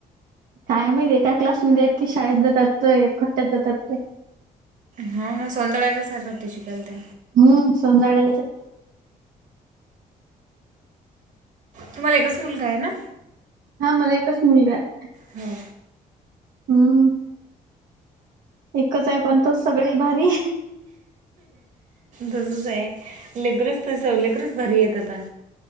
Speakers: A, on the right; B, on the right.
A: काय माहि एका क्लासमध्येध्ये की, शाळेत जातात तर एकखट्ट्यात जातात ते.
B: हो ना सोनळ्यालाच आहे, पी चिकल ते.
A: हम्म संदाडले सते
B: तुम्हाला एकच मुलगा आहे ना.
A: हा मला एकच, मुलगा आहे.
B: हा!
A: हम. एकच आहे पण, तो सगळे भारी आहे.
B: तसच आहे लेकरच त, लेकरच भरी आहेत आता.